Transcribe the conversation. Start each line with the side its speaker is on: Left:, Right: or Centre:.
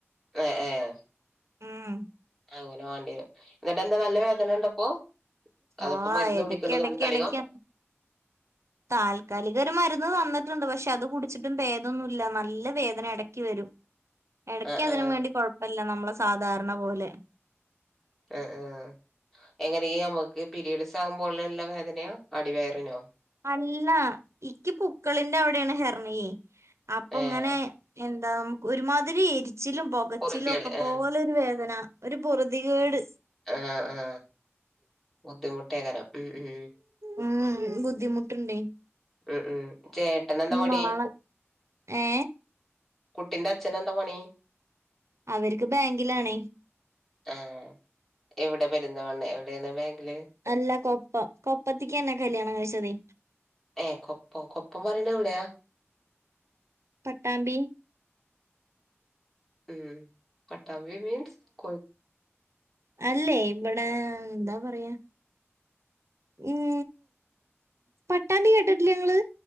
Centre: ഏഹ് ഏഹ്.
Right: ഉം
Centre: അങ്ങനെ വാണ്ടിയെരും ഇന്നട്ട് എന്താ നല്ല വേദന ഇണ്ടപ്പോ അതപ്പോ
Right: ആ
Centre: മരുന്ന്
Right: എടക്ക്
Centre: കുടിക്ക്ണ്ടൊ
Right: എടക്ക്
Centre: താൽക്കാലികം?
Right: എടക്ക് താൽക്കാലിക ഒരു മരുന്ന് തന്ന്ട്ട്ണ്ട് പക്ഷെ അത് കുടിച്ചിട്ടും ഭേദൊന്നുല്ല നല്ല വേദന എടക്കി വെരും. എടക്ക്
Centre: ആഹ്
Right: അതിനും
Centre: ആഹ്
Right: വേണ്ടി കൊഴപ്പല്ല നമ്മളെ സാധാരണ പോലെ.
Centre: ആ ആ എങ്ങനെ നമുക്ക് പിരീഡ്സ് ആവുമ്പോ ഉള്ള എല്ലാ വേദനയാ അടിവയറ്നോ
Right: അല്ല ഇക്കി പൂക്ക്ള്ന്റെ അവ്ടെണ് ഹെർണിയെ അപ്പ
Centre: ഏഹ്
Right: ഇങ്ങനെ എന്താ നമുക്ക് ഒരുമാതിരി എരിച്ചിലും പൊകച്ചിലും
Centre: പൊറുതിയേട്
Right: ഒക്ക പോല
Centre: ആഹ്
Right: ഒര് വേദന ഒര് പൊറ്തികേട്
Centre: ആ ആ ബുദ്ധിമുട്ടേക്കാരം ഉം ഉം
Right: ഉം ബുദ്ധിമുട്ട്ണ്ടെ
Centre: ഉം ഉം ചേട്ടനെന്താ പണി
Right: നാളെ ഏ
Centre: കുട്ടിന്റെ അച്ഛന് എന്താ പണി
Right: അവര്ക്ക് ബെങ്കിലാണേ,
Centre: ആ എവ്ടെ പെര്ന്തൽ മണ്ണേ എവ്ടെണ് ബാങ്ക്ല്
Right: അല്ല കൊപ്പം കൊപ്പത്ത്ക്ക്യാ ഇന്നെ കല്യാണം കഴിച്ചതെ
Centre: ഏ കൊപ്പൊ കൊപ്പം പറിണ എവ്ടെയാ
Right: പട്ടാമ്പി
Centre: ഉം പട്ടാമ്പി മീൻസ് കോ
Right: അല്ലയ് ഇവടെ എന്താ പറയാ ഉം പട്ടാമ്പി കേട്ടിട്ടില്ല്യ ഇങ്ങള്